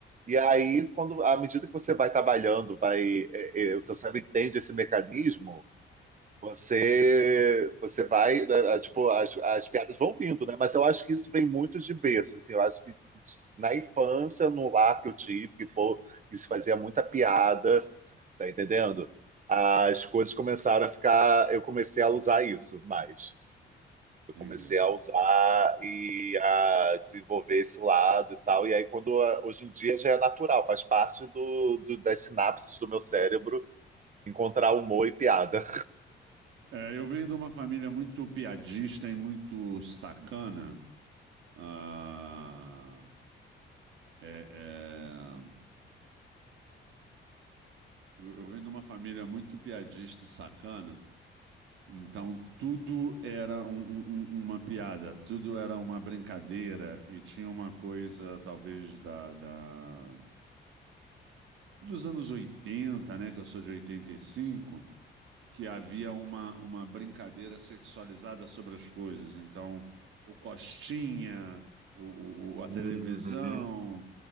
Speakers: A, on the right; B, on the right.
A: E aí, quando, à medida que você vai trabalhando, vai, é, é, o seu cérebro entende esse mecanismo, você, você vai, né, é, tipo, as, as piadas vão vindo, né? Mas eu acho que isso vem muito de berço, assim, eu acho que na infância, no lar que eu tive, que, pô, que se fazia muita piada, tá entendendo? As coisas começaram a ficar, eu comecei a usar isso mais. Eu
B: Entendi.
A: comecei a usar e a desenvolver esse lado e tal. E aí, quando hoje em dia já é natural, faz parte do, do- das sinapses do meu cérebro encontrar humor e piada.
B: É, eu venho de uma família muito piadista e muito sacana. Ah, É, é, Eu, eu venho de uma família muito piadista e sacana, então tudo era um- um- um- uma piada, tudo era uma brincadeira e tinha uma coisa, talvez, da, da- dos anos oitenta né? Que eu sou de oitenta e cinco que havia uma, uma brincadeira sexualizada sobre as coisas. Então, o Costinha, o, o- o- a televisão.
A: Uhum.